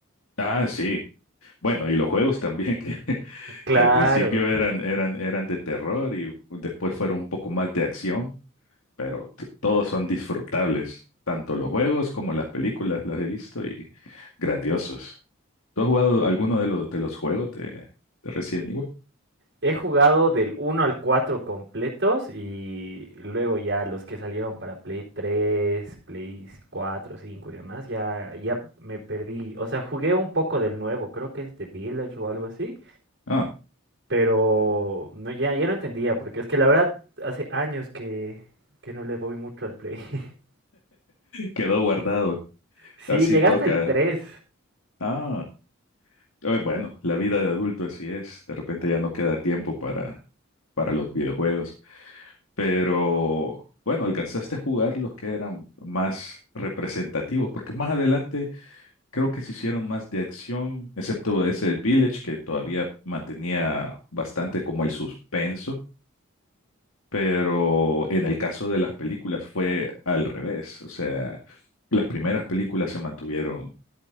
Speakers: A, on the left; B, on the right.
A: Ah, sí. Bueno, y los juegos también, que, <laughs>
B: Claro.
A: que al principio eran, eran, eran de terror y después fueron un poco más de acción, pero t- todos son disfrutables. Tanto los juegos como las películas las he visto y grandiosos. ¿Tú has jugado alguno de los, de los juegos de, de Resident Evil?
B: He jugado del uno al 4 completos y luego ya los que salieron para Play 3, Play 4, 5 y demás, ya, ya me perdí. O sea, jugué un poco del nuevo, creo que es The Village o algo así.
A: Ah,
B: Pero no, ya, ya no entendía, porque es que la verdad hace años que, que no le voy mucho al Play. <laughs>
A: quedó guardado.
B: Sí,
A: Así
B: llegaste
A: toca.
B: el tres
A: Ah, eh, bueno, la vida de adulto así es. De repente ya no queda tiempo para, para los videojuegos. Pero bueno, alcanzaste a jugar los que eran más representativos, porque más adelante creo que se hicieron más de acción, excepto ese Village que todavía mantenía bastante como el suspenso Pero en el caso de las películas fue al revés. O sea, las primeras películas se mantuvieron